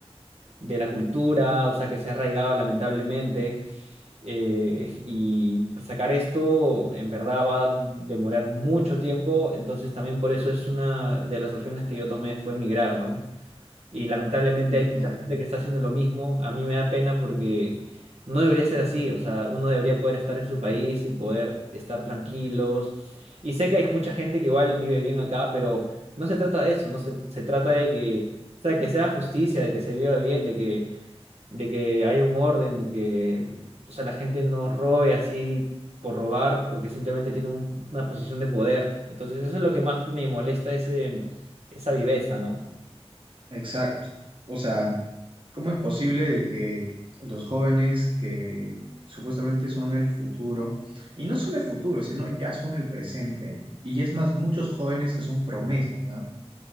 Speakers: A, on the right; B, on the right.
A: de la cultura, o sea, que se ha arraigado lamentablemente, eh, <laughs> y sacar esto en verdad va a demorar mucho tiempo, entonces también por eso es una de las opciones que yo tomé fue migrar ¿no? Y lamentablemente
B: ujú.
A: hay mucha gente que está haciendo lo mismo, a mí me da pena porque no debería ser así, o sea, uno debería poder estar en su país y poder estar tranquilos, y sé que hay mucha gente que igual vive bien acá, pero no se trata de eso, no se, se trata de que... O sea, que sea justicia, de que se viva bien, de que de que haya un orden, de que, o sea, la gente no robe así por robar, porque simplemente tiene un- una posición de poder. Entonces, eso es lo que más me molesta, ese, esa viveza, ¿no?
B: Exacto. O sea, ¿cómo es posible de que los jóvenes que supuestamente son el futuro, y no solo el futuro, sino ya son el presente, y es más, muchos jóvenes que son promesas, ¿ah?